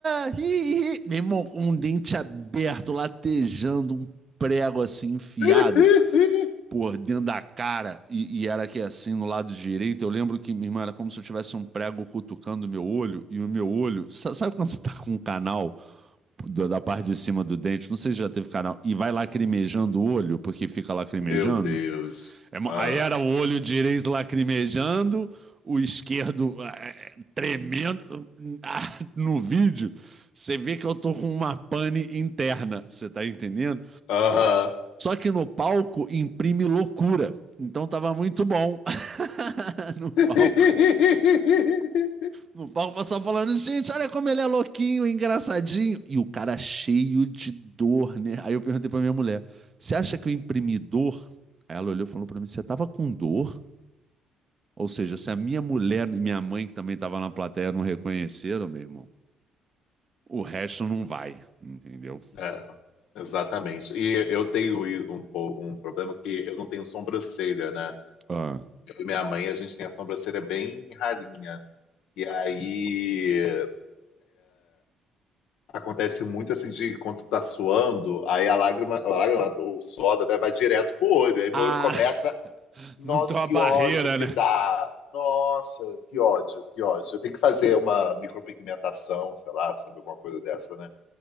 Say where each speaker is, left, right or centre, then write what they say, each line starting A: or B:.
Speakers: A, on the right; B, on the left.
A: ah, hi, hi. Meu irmão, um dente aberto, latejando, um prego assim enfiado
B: <laughs>
A: por dentro da cara e, e era aqui assim no lado direito. Eu lembro que, minha irmã, era como se eu tivesse um prego cutucando o meu olho e o meu olho. sa- Sabe quando você tá com um canal do- da parte de cima do dente? Não sei se já teve canal. E vai lacrimejando o olho, porque fica lacrimejando.
B: Meu Deus.
A: É mo-
B: Ah.
A: aí era o olho direito lacrimejando, o esquerdo eh, tremendo. Ah, no vídeo, você vê que eu tô com uma pane interna. Você tá entendendo?
B: Aham.
A: Só que no palco imprime loucura. Então tava muito bom <laughs> no palco.
B: <laughs>
A: No palco o pessoal falando, gente, olha como ele é louquinho, engraçadinho. E o cara cheio de dor, né? Aí eu perguntei pra minha mulher, você acha que eu imprimi dor? Aí ela olhou e falou pra mim, você tava com dor? Ou seja, se a minha mulher e minha mãe, que também tava na plateia, não reconheceram, meu irmão, o resto não vai, entendeu?
B: É, exatamente. E eu tenho um, po- um problema que eu não tenho sobrancelha, né?
A: Ah,
B: e minha mãe, a gente tem a sobrancelha bem ralinha. E aí acontece muito assim de quando tu tá suando, aí a lágrima, a lágrima ou o suor até vai direto pro olho. Aí
A: ah
B: meu olho começa,
A: <laughs>
B: nossa,
A: não tem uma
B: que
A: barreira,
B: ódio que
A: né?
B: dá. Nossa, que ódio, que ódio. Eu tenho que fazer uma micropigmentação, sei lá, sabe, alguma coisa dessa, né?